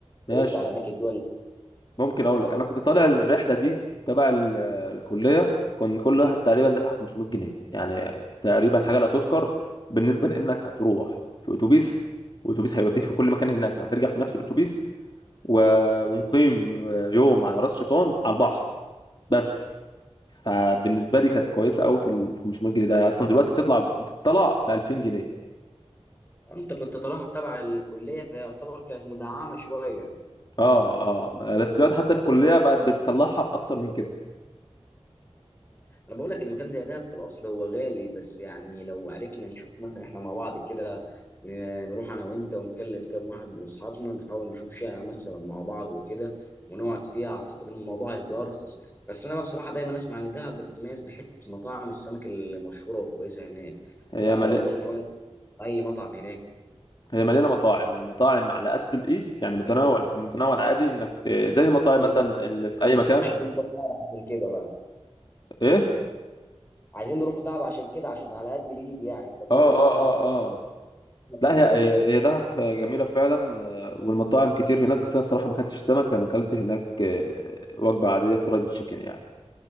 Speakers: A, on the left (about 20°); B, on the left (about 45°).
A: كان
B: ماشي
A: يطلع على اماكن دول
B: ممكن اقول لك انا كنت طالع الرحله دي تبع ال- الكليه كان كل واحد تقريبا دفع 500 جنيه يعني تقريبا حاجه لا تذكر بالنسبه لانك هتروح في اتوبيس واتوبيس هيوديك في كل مكان هناك وهترجع في نفس الاتوبيس و- ومقيم يوم على راس شيطان على البحر بس فبالنسبه لي كانت كويسه قوي في ال 500 جنيه ده اصلا دلوقتي بتطلع بتطلع ب 2000 جنيه
A: انت كنت طالعها تبع الكليه فيعتبر كانت مدعمه شويه
B: اه اه بس دلوقتي حتى الكليه بقت بتطلعها باكتر من كده
A: انا بقول لك ان مكان زي دهب في الاصل هو غالي بس يعني لو عرفنا نشوف مثلا احنا مع بعض كده ن- نروح انا وانت ونكلم كام واحد من اصحابنا نحاول نشوف شقه مثلا مع بعض وكده ونقعد فيها اعتقد ان الموضوع هيبقى ارخص بس انا بقى بصراحه دايما اسمع ان دهب بتتميز بحته مطاعم السمك المشهوره والكويسه هناك
B: هي
A: فلو
B: ملي...
A: رحنا بقى اي مطعم هناك
B: هي مليانه مطاعم والمطاعم على قد الايد يعني متنوع في متنوع العادي انك ت... زي المطاعم
A: هو
B: مثلا اللي في اي مكان
A: عايزين نروح دهب عشان كده بقى
B: ايه
A: عايزين نروح دهب عشان كده عشان على قد الايد يعني فقول
B: اه
A: لي
B: اه
A: بقى
B: اه اه لا
A: فين
B: هي هي
A: هناك
B: هي دهب جميله فعلا آه، والمطاعم كتير هناك بس انا الصراحه ما اكلتش سمك انا اكلت هناك آه، وجبه عاديه فرايد تشيكن يعني